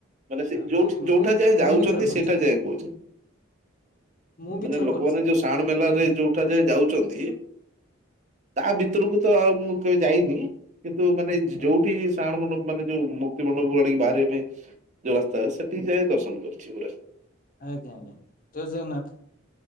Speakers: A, on the right; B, on the left.
A: ମାନେ ସେ ଯୋଉ
B: ମୁଁ
A: ଯୋଉଠା
B: ମୁଁ
A: ଯାଏ ଯାଉଚନ୍ତି
B: ମୁଁ ବି ଥରେ କରିଛି
A: ସେଇଠା ଯାଏ କହୁଚ
B: ମୁଁ ବି
A: ମାନେ
B: ଥରେ
A: ଲୋକମାନେ
B: କରିଛି ଆଜ୍ଞା।
A: ଯୋଉ ଶାଆଣ ମେଲାରେ ଯୋଉଠା ଯାଏ ଯାଉଛନ୍ତି। ତା ଭିତରକୁ ତ ଆଉ ମୁଁ କେବେ ଯାଇନି କିନ୍ତୁ ମାନେ ଯ-
B: ଆଜ୍ଞା
A: ଯୋଉଠି ନାରାୟଣ ମଣ୍ଡପ ମାନେ ଯୋଉ ମୁକ୍ତି ମଣ୍ଡପ ଆଡିକି ବାହାରିବା ପାଇଁ ଯୋଉ ରାସ୍ତା ସେଠିକି ଯାଇ ଦର୍ଶନ କରିଛି ପୁରା।
B: ଆଜ୍ଞା ଆଜ୍ଞା ଜୟ ଜଗନ୍ନାଥ।